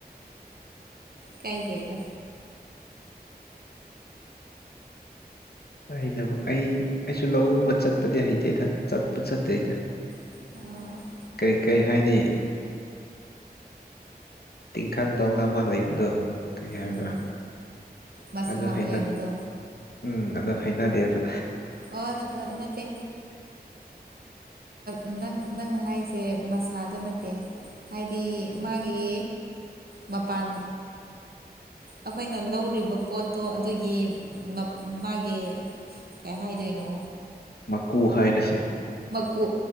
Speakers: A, on the right (about 65°); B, on the left (about 70°).
A: ꯀꯥꯏꯖꯩꯗ
B: ꯑꯩꯅꯕꯨ ꯑꯩ ꯑꯩꯁꯨ ꯂꯧꯎꯕ ꯆꯠꯄꯗꯤ ꯍꯩꯇꯦꯗ ꯆꯠꯄ ꯆꯠꯇꯦꯗ
A: ꯑ
B: ꯀꯔꯤ ꯀꯔꯤ ꯍꯥꯏꯅꯤ ꯇꯤꯡꯈꯥꯡꯗꯧꯅ ꯅꯃ ꯂꯩꯕꯗꯣ ꯀꯔꯤ ꯍꯥꯏꯕ꯭ꯔꯥ
A: ꯎꯝ ꯃꯁꯥ
B: ꯑꯗꯣ ꯍꯩꯅ
A: ꯃꯌꯥꯝꯗꯣ
B: ꯎꯝ ꯑꯣ ꯍꯥꯏꯅꯗꯦꯕ
A: ꯑꯣ ꯅꯠꯇꯦ
B: <unintelligible>
A: ꯅꯪ ꯅꯪ ꯍꯥꯏꯔꯤꯁꯦ ꯃꯁꯥꯗ ꯅꯠꯇꯦ ꯍꯥꯏꯗꯤ ꯃꯥꯒꯤ ꯃꯄꯥꯟ ꯑꯩꯈꯣꯏꯅ ꯂꯧꯔꯤꯕ ꯄꯣꯠꯇꯣ ꯑꯗꯨꯒꯤ ꯃꯥꯒꯤ ꯀꯩ ꯍꯥꯏꯗꯣꯏꯅꯣ
B: ꯃꯀꯨ ꯍꯥꯏꯔꯁꯦ
A: ꯃꯀꯨ